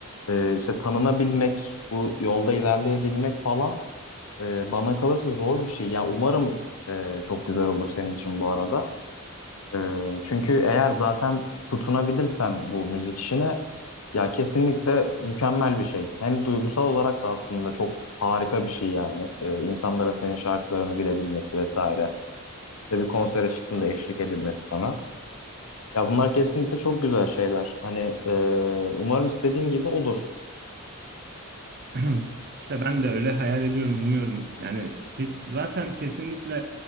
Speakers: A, on the left; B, on the right.
A: e, işte tanınabilmek, bu yolda ilerleyebilmek falan e, bana kalırsa zor bir şey. Ya umarım e, çok güzel olur senin için bu arada. Ee, çünkü eğer zaten tutunabilirsen bu müzik işine ya kesinlikle mükemmel bir şey. Hem duygusal olarak da aslında çok harika bir şey yani. Ee, insanların senin şarkılarını bilebilmesi vesaire. Ve bir konsere çıktığında eşlik edilmesi sana. Ya bunlar kesinlikle çok güzel şeyler. Hani e, umarım istediğin gibi olur.
B: <clears throat> İşte ben de öyle hayal ediyorum, umuyorum. Yani kes- zaten kesinlikle